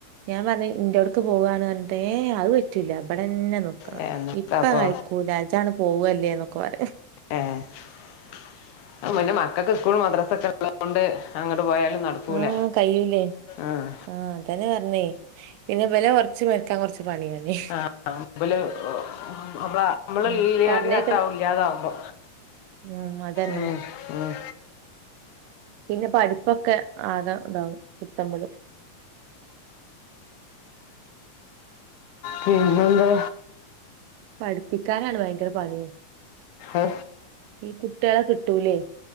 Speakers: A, on the right; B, on the left.
A: ഞാ പറഞ്ഞ് ഇന്റൊട്ക്ക് പോവാണ്റഞ്ഞി ഏഹ് അത് പറ്റൂല്ല ഇമ്പടെന്നെ നിക്കണ
B: ഏ, എന്നിട്ട്
A: ഇപ്പ
B: അപ്പോ
A: അയക്കൂല്ല ഇജണ്ട് പോവല്ലേ ന്നൊക്കെ പറയു
B: ഏഹ് പിന്നെ മക്കക്ക് സ്കൂളു മദ്രസൊക്കെ പിള്ളേരെ കൊണ്ട് അങ്ങട്ട് പോയാലും നടക്കൂല
A: ആഹ് കയ്യൂലേ
B: ആഹ്
A: ആഹ് അതന്നെ പറഞ്ഞേ പിന്നെ ഇവരെ കുറച്ച് മെക്കാ കുറച്ച് പണിഞ്ഞേ
B: ആഹ് <unintelligible> മാപ്പ്ള നമ്മള്
A: ഉം
B: ഇല്ലാണ്ട്
A: പറഞ്ഞേക്ക്ന്ന
B: കേട്ടാ ഇല്ലാതാവുമ്പോ
A: ഉം അതന്നെ
B: ഉം ഉം
A: പിന്നെ പഠിപ്പൊക്കെ ആകാ ഇതാവും കിട്ടമ്പോള്
B: പിന്നെ എന്താ
A: പഠിപ്പിക്കാനാണ് ഭയങ്കര പണി
B: ഏ?
A: ഈ കുട്ടിയാളെ കിട്ടൂലേയ്